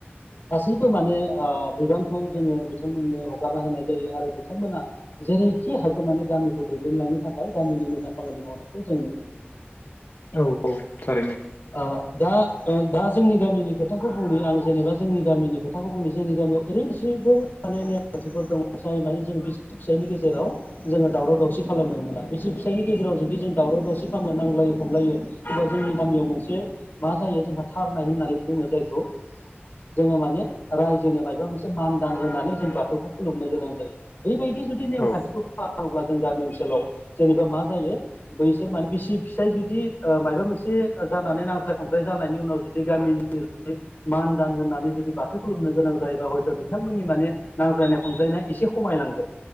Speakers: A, on the left; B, on the left.
A: गासैबो माने ओ बिबानखौ जोङो बिथांमोननो हगारना होनाय जायो आरो बिथांमोना जेरैखि हागौमानि गामिखौ दैदेनलांनो थाखाय गामिनि मोजां खामानि मावनायखौ जों नुनो मोनो।
B: औ औ थारैनो।
A: ओ दा ओ दा जोंनि गामिनि खोथाखौ बुंनि आं जेनेबा जोंनि गामिनि खोथाखौ बुंनि जोंनि गामियाव ओरैबायसिफोर माने थिफोर दं जाय माने जों बिसि फिसायनि गेजेराव जोङो दावराव दावसि खालामनो मोना बिसि फिसायनि गेजेराव जुदि जों दावराव दावसि खामो नांलायो खमलायो होमबा जोंनि गामियाव मोनसे मा जायो जोंहा थारनाय होननानै बुङो जायखौ जोङो माने रायजोनो मायबा मोनसे मान दान होनानै जों बाथौखौ खुलुमनो गोनां जायो बैबायदि जुदि नेमखान्थि
B: औ
A: खालामोब्ला जों गामि ओनसोलाव जेनेबा मा जायो बैसोर माने बिसि फिसाय जुदि ओ मायबा मोनसे जानानै नांज्लाय खमज्लाय जानायनि उनाव जुदि गामिनि मान दान होननानै जुदि बाथौ खुलुमनो गोनां जायोबा हयथ' बिथांमोननि माने नांज्लायनाय खमजायनाय एसे खमायलांगोन।